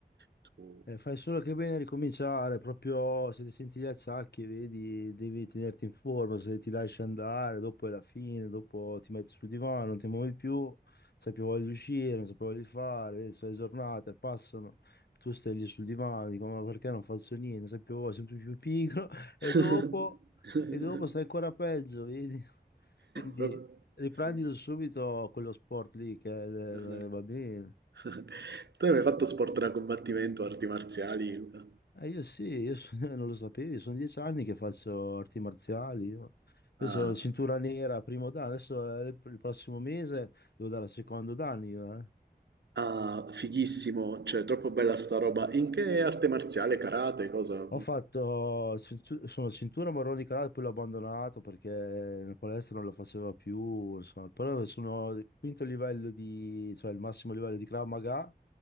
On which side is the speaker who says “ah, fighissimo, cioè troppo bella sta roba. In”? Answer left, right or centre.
Right